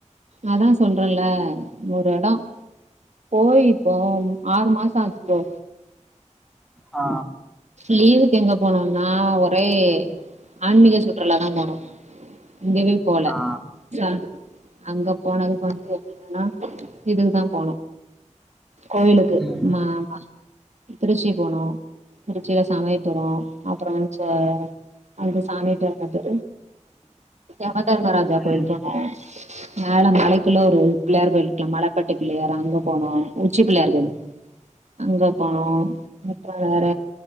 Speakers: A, on the right; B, in the centre.
A: அதா சொல்றல்ல ஒரு எடோ போயிப்போ ஆறு மாசோ ஆச்சு ப்ரோ
B: ஆ
A: லீவுக்கு எங்க போனோன்னா ஒரே ஆன்மீக சுற்றுல தா போனோ இங்கவே போல
B: ஆ
A: ச அங்க போனதுக்கு வந்து என்னென்னன்னா இதுக்குதா போனோ கோயிலுக்கு
B: ம்
A: மாமா திருச்சி போனோ திருச்சியில சமையபுரோ அப்புறோ ச்ச அந்ந சாமி பேரு வந்து எமதர்மராஜா கோயில்
B: ம்
A: போனோ மேல மலைக்குள்ள ஒரு பிள்ளையார் கோயில்லுக்குள்ள மலைப்பட்டி பிள்ளையாரா அங்க போனோ உச்சி பிள்ளையார் கோயிலு அங்க போனோ <unintelligible> வேற